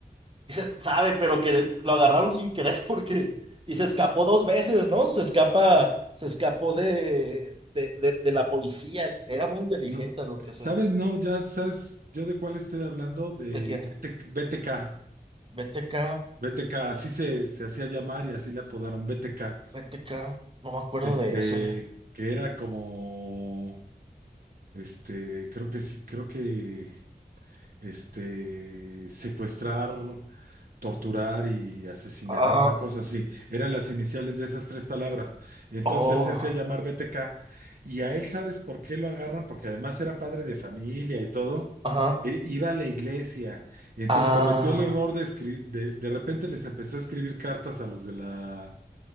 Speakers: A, on the right; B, on the right.
A: <laughs> sabe, pero que lo agarraron sin querer porque y se escapó dos veces, ¿no? Se escapa, se escapó de, de, de, de la policía. Era muy inteligente,
B: No,
A: a lo que sé.
B: ¿sabes? No, ya sabes, yo de cuál estoy hablando, de
A: ¿De quién?
B: BT BTK,
A: BTK.
B: BTK, así se, se hacía llamar y así le apodaron BTK.
A: BTK. No me acuerdo
B: Este,
A: de ese.
B: que era como, este, creo que sí, creo que, este, secuestrar. torturar y asesinar,
A: Ah,
B: una cosa así. Eran las iniciales de esas tres palabras. Entonces
A: oh.
B: él se hacía llamar BTK y a él, ¿sabes por qué lo agarran? Porque además era padre de familia y todo.
A: Ajá.
B: E- iba a la iglesia y entonces
A: Ah.
B: cometió el error de escribir, de, de repente les empezó a escribir cartas a los de la,